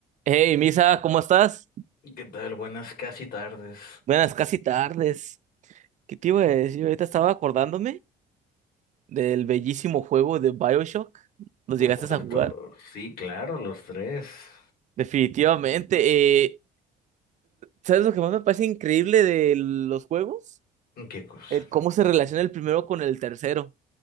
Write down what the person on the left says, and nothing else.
¿Qué tal? Buenas casi tardes.
Uf,
¿cuál
de
todos? Sí, claro, los tres.
¿Qué cosa?